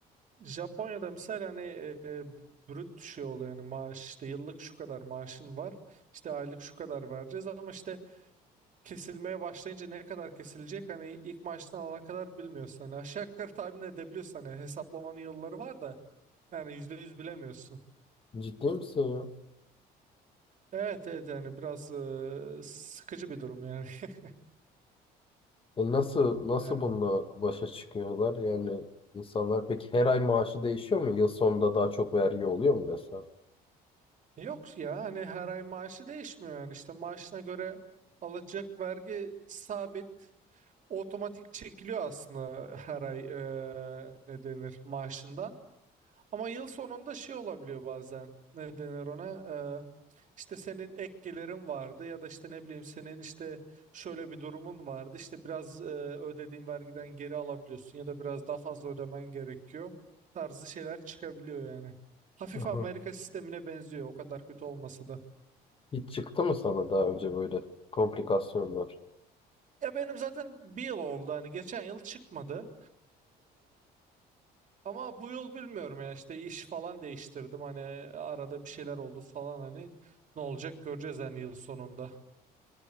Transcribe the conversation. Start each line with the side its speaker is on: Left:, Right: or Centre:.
Right: Japonya'da mesela hani e, e, brüt şey oluyor yani maaş işte yıllık şu kadar maaşın var işte aylık şu kadar vereceğiz ama işte kesilmeye başlayınca ne kadar kesilecek hani ilk maaştan alana kadar bilmiyorsun hani aşağı yukarı tahmin edebiliyorsun hani hesaplamanın yolları var da yani yüzde yüz bilemiyorsun.
Left: Ciddi misin ya?
Right: Evet evet yani biraz e, sıkıcı bir durum yani. <laughs>
Left: E nasıl nasıl
Right: Ha.
Left: bununla başa çıkıyorlar? Yani insanlar peki her ay maaşı değişiyor mu? Yıl sonunda daha çok vergi oluyor mu mesela?
Right: Yok ya hani her ay maaşı değişmiyor yani işte maaşına göre alacak vergi sabit otomatik çekiliyor aslında her ay eee, ne denir maaşından. Ama yıl sonunda şey olabiliyor bazen ne denir ona eee, işte senin ek gelirin vardı ya da işte ne bileyim senin işte şöyle bir durumun vardı işte biraz eee, ödediğin vergiden geri alabiliyorsun ya da biraz daha fazla ödemen gerekiyor tarzı şeyler çıkabiliyor yani. Hafif
Left: Aha.
Right: Amerika sistemine benziyor o kadar kötü olmasa da.
Left: Hiç çıktı mı sana daha önce böyle komplikasyonlar?
Right: Ya benim zaten bir yıl oldu hani geçen yıl çıkmadı. Ama bu yıl bilmiyorum ya işte iş falan değiştirdim hani arada bir şeyler oldu falan hani ne olacak göreceğiz hani yıl sonunda.